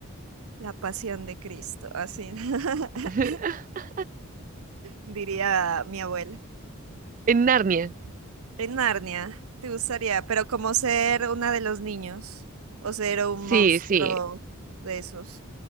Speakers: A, on the right; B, on the right.
A: La Pasión de Cristo, así <laughs>
B: <laughs>
A: diría mi abuela.
B: En Narnia.
A: En Narnia, te gustaría, pero como ser una de los niños o ser un
B: Sí,
A: monstruo
B: sí.
A: de esos.